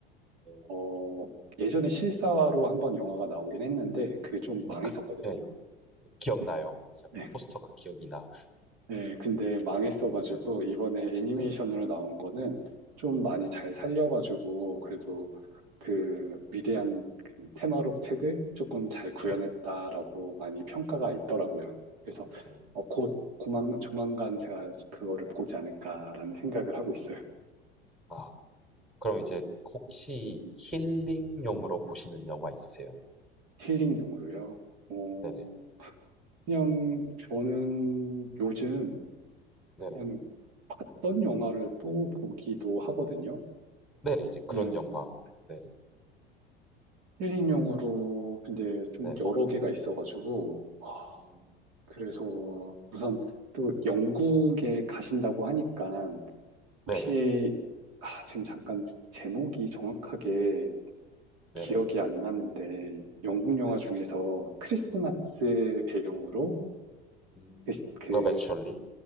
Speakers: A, in the centre; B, on the right.
A: 네,
B: 어, 예전에 실사화로 한번 영화가 나오긴 했는데 그게 좀 망했었거든요.
A: 네, 그, 네, 기억나요. 맞아.
B: 네.
A: 포스터가 기억이 나.
B: 네, 근데 망했어가지고
A: 네네.
B: 이번에 애니메이션으로
A: 네네.
B: 나온 거는 좀 많이
A: 음.
B: 잘 살려가지고 그래도 그 위대한 그 테마록 책을 조금 잘 구현했다라고
A: 네네.
B: 많이 평가가 있더라고요. 그래서
A: 음.
B: 어, 곧 고만, 조만간 제가 그거를 보지 않을까라는 생각을 하고 있어요.
A: 아, 그럼 이제 혹시 힐링용으로 보시는 영화 있으세요?
B: 힐링용으로요. 어,
A: 네네.
B: 그냥 저는 요즘
A: 네네.
B: 그냥 봤던 영화를 또 보기도 하거든요.
A: 네네. 이제 그런
B: 그냥
A: 영화. 네네.
B: 힐링용으로 근데 좀
A: 네네.
B: 여러 개가 있어가지고 아,
A: 음.
B: 그래서 우선 또 영국에 가신다고 하니까 혹시
A: 네네.
B: 아, 지금 잠깐 제목이 정확하게 기억이
A: 네네.
B: 안 나는데 영국 영화
A: 네네.
B: 중에서 크리스마스 배경으로
A: 음.
B: 그, 시- 그
A: Love Actually.